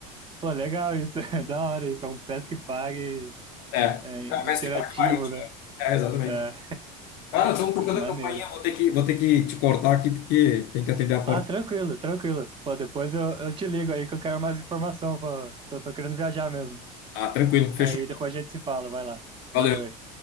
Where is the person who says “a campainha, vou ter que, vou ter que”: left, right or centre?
Left